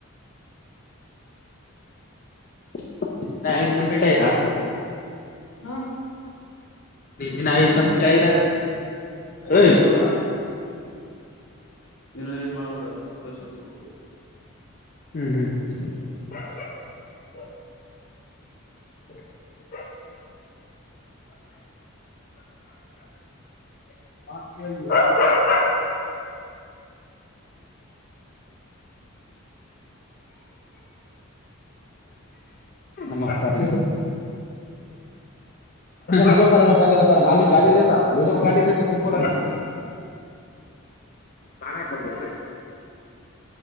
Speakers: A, on the left; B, on the left.
A: ನಿಂದು ಇನ್ನ ದಿನ ಐದು ಕಂಪ್ಲೀಟ್ ಆಗಿಲ್ಲ.
B: ಹ್ಮ್.
A: ಇನ್ನೂ ಐದು ಕಂಪ್ಲೀಟ್ ಆಗಿಲ್ಲ
B: ಐದ್
A: ಹೊಯ್.
B: ಆಗ್ಯಾವ ಇನ್ನ್ ಐದು ಮಾಡಬೇಕು ಹತ್ತು ವರ್ಷ ಸುದ್ದು.
A: ಹ್ಮ್ ಹ್ಮ್. <unintelligible> <unintelligible> ಹಾ. ನಮಸ್ಕಾರ್. ನಕೊ ಕರನಾ ಪೈಲಿ ಬಾತ್. ಮಾಲಿಕ್ ಗಾಲಿ ದೇತಾ ಮೆರೆಕೊ ಗಾಲಿ ದೆತೊ ತುಂಕೊ ಲಗತಾ. ನಾನ ಹಕ ಬಂದರು ಬ <inaudible>